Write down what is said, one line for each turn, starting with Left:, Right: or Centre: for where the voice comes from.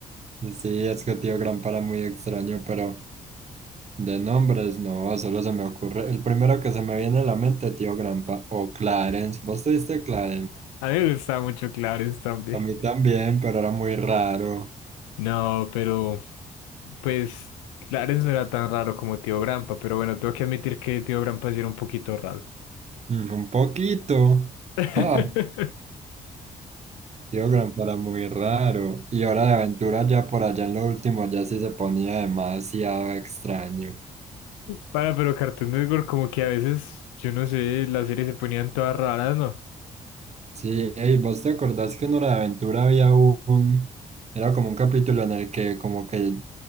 Right: Sí, es que Tío Grampa era muy extraño, pero de nombres no, solo se me ocurre. El primero que se me viene a la mente, Tío Grampa. O Clarence, ¿vos tuviste Clarence?
Left: A mí me gustaba mucho Clarence también.
Right: A mí también, pero era muy raro.
Left: No, pero pues Clarence no era tan raro como Tío Grampa, pero bueno, tengo que admitir que Tío Grampa sí era un poquito raro.
Right: Mm, un poquito.
Left: <laughs>
Right: Ah, Tío Grampa era muy raro. Y Hora de Aventura ya por allá en lo último ya sí se ponía demasiado extraño.
Left: Para, pero Cartoon Network como que a veces, yo no sé, las series se ponían todas raras, ¿no?
Right: Sí, ey, ¿vos te acordás que en Hora de Aventura había un, era como un capítulo en el que como que